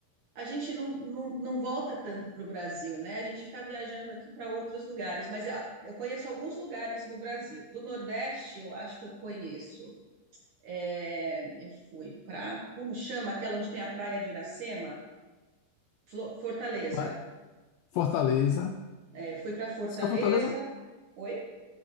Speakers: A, on the right; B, on the left.
A: a gente não, não, não volta tanto para o Brasil, né? A gente fica viajando aqui para outros lugares. Mas ó, eu conheço alguns lugares no Brasil. Do Nordeste, eu acho que eu conheço. É, eu fui para. Como chama aquela onde tem a praia de Iracema? Flo- Fortaleza.
B: Rapaz, Fortaleza.
A: É, fui para Fortaleza.
B: Só Fortaleza?
A: Oi?